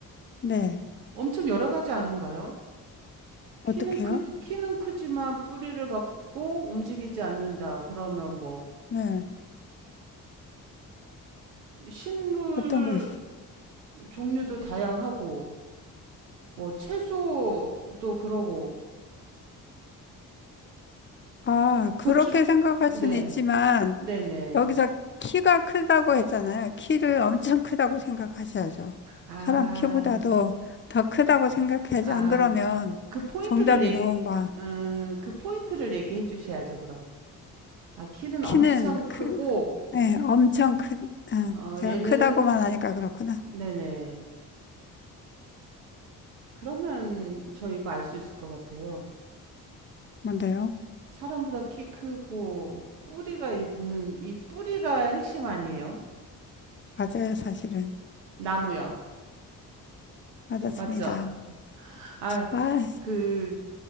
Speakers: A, on the left (about 25°); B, on the right (about 90°).
A: 네.
B: 엄청 여러 가지 아닌가요?
A: 어떡해요?
B: 키는 크, 키는 크지만 뿌리를 박고 움직이지 않는다. 그러면 뭐,
A: 네.
B: 식물
A: 어떤 거 있어요?
B: 종류도 다양하고 뭐 채소도 그러고
A: 아,
B: 고추
A: 그렇게 생각할 수는
B: 네.
A: 있지만,
B: 네네.
A: 여기서 키가 크다고 했잖아요. 키를 엄청 크다고 생각하셔야죠.
B: 아,
A: 사람 키보다도 더 크다고 생각해야지.
B: 아,
A: 안 그러면
B: 그 포인트를
A: 정답이
B: 얘기,
A: 너무 많
B: 음, 그 포인트를 얘기해 주셔야죠, 그럼. 아, 키는
A: 키는
B: 엄청 크고,
A: 크, 네, 엄청 큰, 아,
B: 어,
A: 제가
B: 얘는,
A: 크다고만 하니까 그렇구나.
B: 네네. 그러면 저희가 알 수 있을 것 같아요.
A: 뭔데요?
B: 사람보다 키 크고, 뿌리가 있는, 이 뿌리가 핵심 아니에요?
A: 맞아요, 사실은.
B: 나무요.
A: 맞았습니다.
B: 맞죠? 아,
A: 아,
B: 그